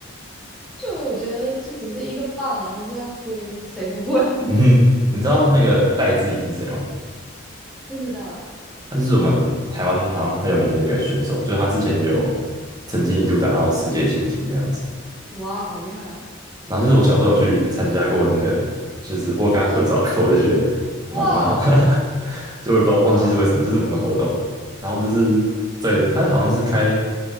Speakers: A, in the centre; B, on the right.
A: 就我觉得就只是一个棒，然后这样挥，谁不会？
B: <laughs>
A: <laughs>
B: 嗯，你知道那个戴资颖是谁吗？
A: 不知道哎，
B: 他是我们台湾好像很有名的一个选手，就是他之前也有曾经一度打到世界前几那样子。
A: 哇，好厉害啊！
B: 然后就是我小时候有去参加过那个，就是我有跟他合照过，我就觉得蛮蛮好，
A: 哇
B: <laughs> 就我也不知道忘记是为什么，
A: 哇！
B: 就是某个活动。然后就是对他好像是开，